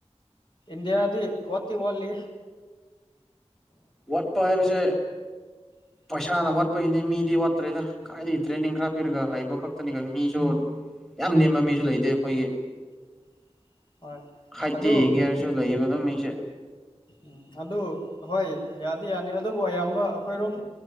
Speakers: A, on the left (about 50°); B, in the centre.
A: ꯏꯟꯗꯤꯌꯥꯗꯤ ꯋꯥꯠꯇꯤ ꯋꯥꯠꯂꯤ
B: ꯋꯥꯠꯄ ꯍꯥꯏꯕꯁꯦ
A: <inaudible>
B: ꯄꯩꯁꯥꯅ ꯋꯥꯠꯄꯒꯤꯅꯦ ꯃꯤꯗꯤ ꯋꯥꯠꯇ꯭ꯔꯦꯗ ꯀꯥꯏꯗꯒꯤ ꯇ꯭ꯔꯦꯅꯤꯡ ꯈꯔ ꯄꯤꯔꯒ ꯍꯩꯕ ꯈꯛꯇꯅꯦ ꯀꯥꯏꯗꯩꯩ ꯃꯤꯁꯨ ꯌꯥꯝ ꯅꯦꯝꯕ ꯃꯤꯁꯨ ꯂꯩꯇꯦ ꯑꯩꯈꯣꯏꯒꯤ
A: <inaudible> ꯍꯣꯏ
B: ꯍꯥꯏꯠꯇꯤ
A: ꯑꯗꯨ
B: ꯌꯦꯡꯒꯦ ꯍꯥꯏꯔꯁꯨ ꯂꯩꯌꯦꯕ ꯑꯗꯨꯝ ꯃꯤꯁꯦ
A: ꯎꯝ ꯑꯗꯨ ꯍꯣꯏ ꯌꯥꯗꯤ ꯌꯥꯅꯤ ꯑꯗꯨꯕꯨ ꯑꯌꯥꯝꯕ ꯑꯩꯈꯣꯏꯔꯣꯝ